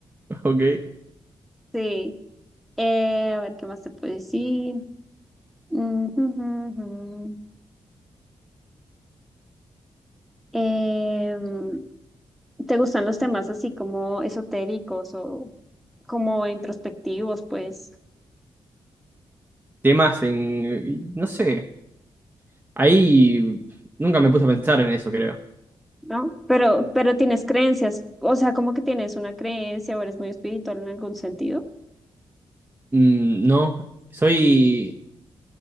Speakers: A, on the right; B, in the centre.
A: Ok.
B: Sí. Eh, a ver, ¿qué más te puedo decir? Mm, <laughs> Em, ¿te gustan los temas así como esotéricos o como introspectivos, pues,
A: Temas en... No sé. Ahí nunca me puse a pensar en eso, creo.
B: ¿no? Pero, pero tienes creencias, o sea, como que tienes una creencia o eres muy espiritual en algún sentido.
A: Mm, no. Soy...